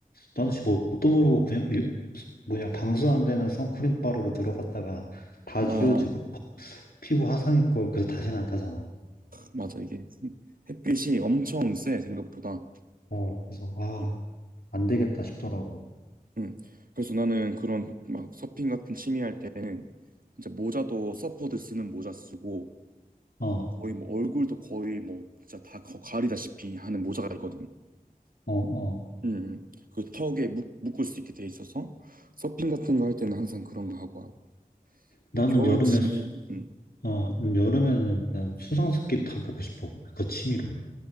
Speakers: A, on the left; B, on the right.
A: 나는 씨 뭣도 모르고 그냥 일, 뭐냐 방수 안 되는 선크림 바르고 들어갔다가 다 지워지고
B: 아
A: 파- 피부 화상 입고 그래서 다시는 안 타잖아.
B: 맞아. 이게 햇빛이 엄청 세, 생각보다.
A: 어 그래서 아
B: 응.
A: 안 되겠다 싶더라고.
B: 응. 그래서 나는 그런 막 서핑 같은 취미 할 때는 진짜 모자도 서퍼들 쓰는 모자 쓰고
A: 어
B: 거의 뭐 얼굴도 거의 뭐 진짜 다 거- 가리다시피 하는 모자가 있거든.
A: 어 어.
B: 응. 응. 그 턱에 묶, 묶을 수 있게 돼 있어서 서핑 같은 거 할 때는 항상 그런 거 하고 하고
A: 나는
B: 또 겨울
A: 여름에
B: 취미
A: 수-
B: 응.
A: 어 음, 여름에는 난 수상스키 타보고 싶어. 그 취미로.